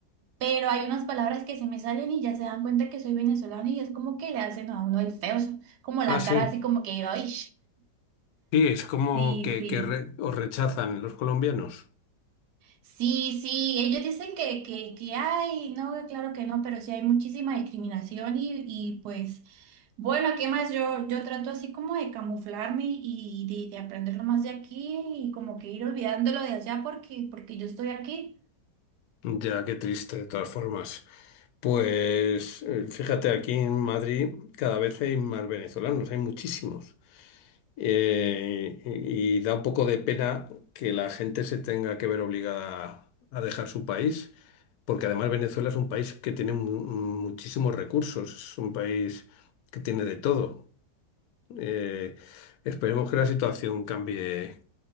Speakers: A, on the right (about 75°); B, on the left (about 70°).
A: pero hay unas palabras que se me salen y ya se dan cuenta que soy venezolano y es como que le hacen a uno el feo, como la
B: Ah, sí.
A: cara así como que, ¡ay!
B: Sí, es como
A: Sí,
B: que,
A: sí.
B: que re- os rechazan los colombianos.
A: Sí, sí, ellos dicen que, que, que hay, no, claro que no, pero sí hay muchísima discriminación y, y pues, bueno, ¿qué más? Yo, yo trato así como de camuflarme y de, de aprender lo más de aquí y como que ir olvidándolo de allá porque, porque yo estoy aquí.
B: Ya, qué triste, de todas formas. Pues eh, fíjate, aquí en Madrid cada vez hay más venezolanos, hay muchísimos. Eh, y, y da un poco de pena que la gente se tenga que ver obligada a, dejar su país, porque además Venezuela es un país que tiene mu- muchísimos recursos, es un país que tiene de todo. Eh, esperemos que la situación cambie.